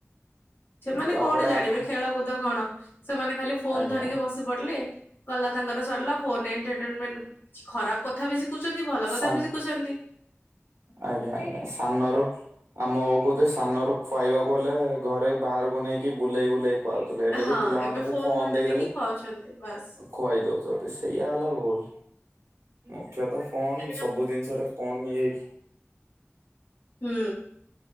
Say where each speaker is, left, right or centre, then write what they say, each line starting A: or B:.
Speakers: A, on the left (about 50°); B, on the right (about 85°).
A: ସେମାନେ
B: ତାପରେ
A: କଣ ଜାଣିବେ
B: ଆଗ
A: ଖେଳକୁଦ କଣ ସେମାନେ ଖାଲି ଫୋନ
B: ଆଜ୍ଞା
A: ଧରିକି ବସି ପଡିଲେ। ଗଲା ତାଙ୍କର ସରିଲା ଫୋନ ଏଣ୍ଟଟେନମେଣ୍ଟ ଖରାପ କଥା ବି ଶିଖୁଛନ୍ତି ଭଲ କଥା
B: ସାନ
A: ବି ଶିଖୁଛନ୍ତି।
B: ଆଜ୍ଞା ଆଜ୍ଞା ସାନରୁ ଆମ ବୁଳୁକୁ ଯେ ସାନ ରୁ ଖୁଆଇବାକୁ ଗଲେ ଘରେ ବାହାରକୁ ନେଇକି ବୁଲେଇ ବୁଲେଇ ଖୁ ଆଉଥିଲେ ଏବେ
A: ହଁ
B: ଯେ ପିଲାମାନଙ୍କୁ
A: ଏବେ
B: ଫୋନ
A: ଧରେଇ
B: ଦେଇଦେଲେ
A: ଦେଇକି ଖାଉଛନ୍ତି ବାସ୍
B: ଖୁଆଇ ଦଉଚନ୍ତି ସେଇଆ ହେଲା ଭୁଲ। ମୁଖ୍ୟତଃ ଫୋନ୍
A: ସେଇଟା
B: ସବୁ
A: ଭୁଲ
B: ଜିନିଷରେ ଫୋନ ଇଏ ହେଇକି।
A: ହୁଁ।